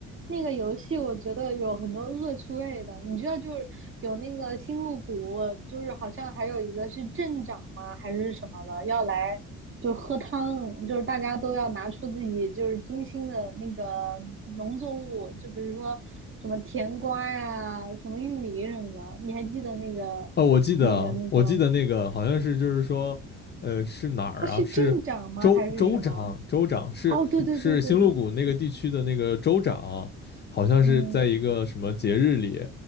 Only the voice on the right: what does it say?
那个游戏我觉得有很多恶趣味的，你知道就是有那个星露谷，就是好像还有一个是镇长嘛还是什么的，要来就喝汤，就是大家都要拿出自己就是精心的那个农作物，就比如说什么甜瓜呀、什么玉米什么的，你还记得那个那个那个吗？
他是镇长吗还是什么？
哦，对对对对对，
嗯。